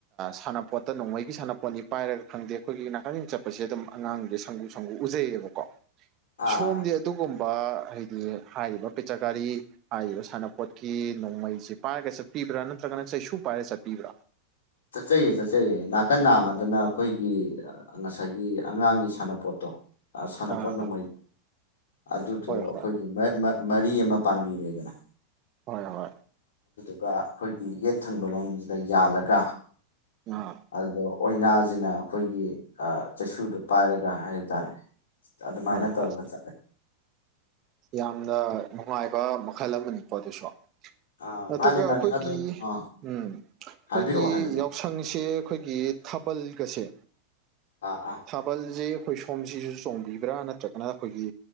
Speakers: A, on the right; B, on the left.
A: ꯁꯥꯟꯅꯄꯣꯠ ꯅꯣꯡꯃꯩꯒꯤ ꯁꯥꯟꯅꯄꯣꯠꯅꯤ ꯄꯥꯏꯔꯒ ꯈꯪꯗꯦ ꯑꯩꯈꯣꯏꯒꯤ ꯅꯀꯊꯦꯡ ꯆꯠꯄꯁꯦ ꯑꯗꯨꯝ ꯑꯉꯥꯡꯁꯦ ꯁꯪꯒꯨ ꯁꯪꯒꯨ ꯎꯖꯩꯌꯦꯕꯀꯣ ꯁꯣꯝꯗꯤ
B: ꯑꯥ ꯑꯥ
A: ꯑꯗꯨꯒꯨꯝ ꯍꯥꯏꯗꯤ ꯍꯥꯏꯔꯤꯕ ꯄꯦꯆꯀꯔꯤ ꯍꯥꯏꯔꯤꯕ ꯁꯅꯄꯣꯠꯀꯤ ꯅꯣꯡꯃꯩꯁꯤ ꯄꯥꯏꯔꯒ ꯆꯠꯄꯤ ꯕ꯭ꯔꯥ ꯅꯠꯇ꯭ꯔꯒꯅ ꯁꯩꯁꯨ ꯄꯥꯏꯔꯦ ꯆꯠꯄꯤꯕ꯭ꯔꯥ
B: ꯆꯠꯆꯩꯌꯦ ꯆꯠꯆꯩꯌꯦ ꯅꯥꯀꯟ ꯅꯥꯝꯃꯗꯅ ꯑꯩꯈꯣꯏꯒꯤ ꯉꯁꯥꯏꯒꯤ ꯑꯉꯥꯡꯒꯤ ꯁꯥꯟꯅꯄꯣꯠꯇꯣ ꯁꯥꯟꯅꯄꯣꯠ
A: ꯑꯥ
B: ꯅꯣꯡꯃꯩ
A: ꯑꯥ
B: ꯑꯗꯨꯗꯣ
A: ꯍꯣꯏ
B: ꯑꯩꯈꯣꯏꯒꯤ
A: ꯍꯣꯏ
B: ꯃꯔ ꯃꯔꯤ ꯑꯃ ꯄꯥꯟꯕꯤꯔꯦꯗꯅ
A: ꯍꯣꯏ ꯍꯣꯏ
B: ꯑꯗꯨꯒ ꯑꯩꯈꯣꯏꯒꯤ ꯌꯦꯠ ꯊꯪꯕ ꯂꯣꯝꯁꯤꯗ ꯌꯥꯜꯂꯒ
A: ꯑꯥ
B: ꯑꯗꯨ ꯑꯣꯏꯅꯥꯒꯤꯅ ꯑꯩꯈꯣꯏꯒꯤ ꯆꯩꯁꯨꯗꯣ ꯄꯥꯏꯔꯒ ꯍꯥꯏꯇꯥꯔꯦ ꯑꯗꯨꯃꯥꯏꯅ
A: ꯍꯣꯏ
B: ꯇꯧꯔꯒ
A: ꯍꯣꯏ
B: ꯆꯠꯂꯦ
A: ꯌꯥꯝꯅ ꯅꯨꯡꯉꯥꯏꯕ ꯃꯈꯜ ꯑꯃꯅꯤꯀꯣ ꯑꯗꯨꯁꯨ
B: ꯑꯥ
A: ꯑꯗꯨꯒ
B: ꯃꯥꯅꯦ ꯃꯥꯅꯦ
A: ꯑꯈꯣꯏꯒꯤ
B: ꯑꯗꯣ ꯑꯥ
A: ꯎꯝ
B: ꯍꯥꯏꯕꯤꯔꯛꯑꯣ
A: ꯈꯣꯏꯒꯤ
B: ꯍꯥꯏꯕꯤꯔꯛꯑꯣ
A: ꯌꯥꯎꯁꯪꯁꯦ ꯈꯣꯏꯒꯤ ꯊꯥꯕꯜꯒꯁꯦ
B: ꯑꯥ
A: ꯊꯥꯕꯜꯖꯦ ꯈꯣꯏ ꯁꯣꯝꯁꯤꯁꯨ ꯆꯣꯡꯕꯤꯕ꯭ꯔ ꯅꯠꯇ꯭ꯔꯒꯅ ꯈꯣꯏꯒꯤ